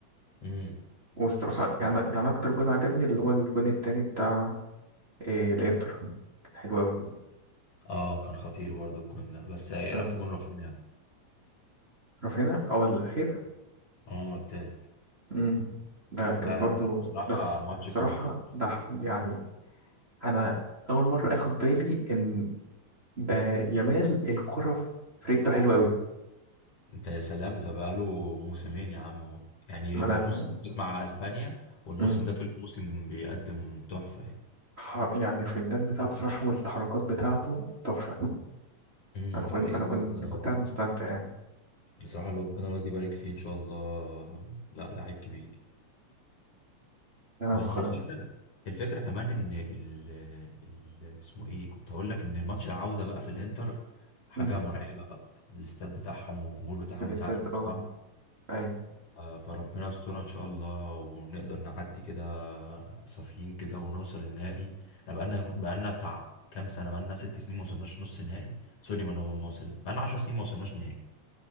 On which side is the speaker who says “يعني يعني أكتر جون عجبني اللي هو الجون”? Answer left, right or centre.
Right